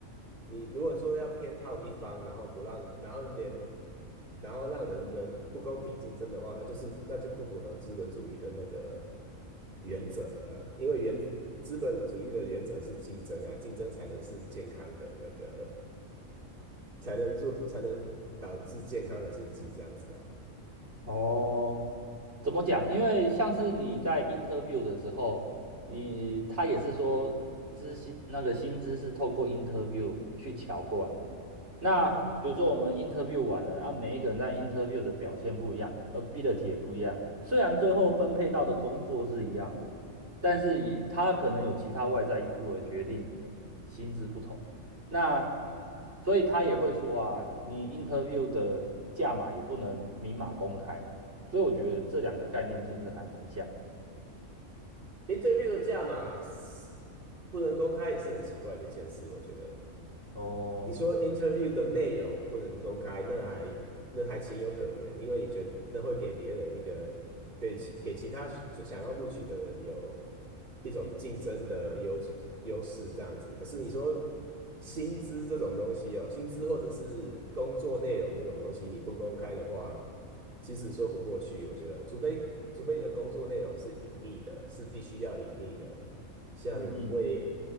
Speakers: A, on the right; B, on the right.
A: 你如果说要偏好一方，然后不让，然后连然后让人们不公平竞争的话，那就是那就不符合资本主义的那个原则了啊，因为原资本主义的原则是竞争啊，竞争才能是健康的那个才能做，才能导致健康的经济这样子啊。
B: 哦，怎么讲？因为像是你在 interview 的时候，你他也是说知薪那个薪资是透过 interview 去调过来的嘛。那比如说我们
A: 嗯嗯，
B: interview 完了，啊，每一个人在 interview 的表现不一样，ability 也不一样。虽然最后分配到的工作是一样的，但是也他可能有其他外在因素而决定你的薪资不同。那所以他也会说啊，你 interview 的价码也不能明码公开啊。所以我觉得这两个概念是不是还蛮像？
A: interview 的价码是不能公开也是很奇怪的一件事，我觉得。
B: 哦，
A: 你说 interview 的内容不能公开，那还那还情有可原，因为你觉得那会给别人一个对其给其他想要录取的人有一种竞争的优优势这样子。可是你说薪资这种东西哦，薪资或者是工作内容这种东西，你不公开的话，其实说不过去。我觉得，除非除非你的工作内容是隐秘的，是必须要隐秘的，像为
B: 嗯嗯，